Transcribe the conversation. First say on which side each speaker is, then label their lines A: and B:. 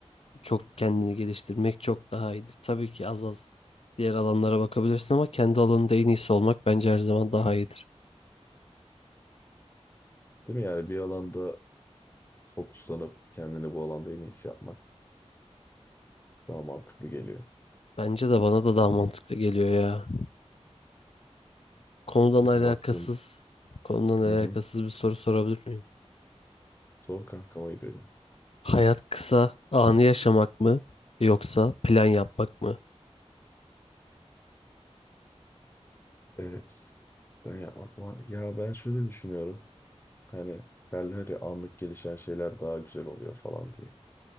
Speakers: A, on the left; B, on the left.
A: çok kendini geliştirmek çok daha iyidir. Tabii ki az az diğer alanlara bakabilirsin ama kendi alanında en iyisi olmak bence her zaman daha iyidir.
B: Değil mi? Yani bir alanda fokuslanıp kendini bu alanda en iyisi yapmak daha mantıklı geliyor.
A: Bence de bana da daha mantıklı geliyor ya. Konudan
B: Çünkü
A: alakasız,
B: baktığım
A: konudan alakasız
B: hı hı,
A: bir soru sorabilir miyim?
B: zor kankam ayıp ediyorum.
A: Hayat kısa, anı yaşamak mı yoksa plan yapmak mı?
B: Evet. Ben yapmak var. Ya ben şöyle düşünüyorum. Hani derler ya anlık gelişen şeyler daha güzel oluyor falan diye.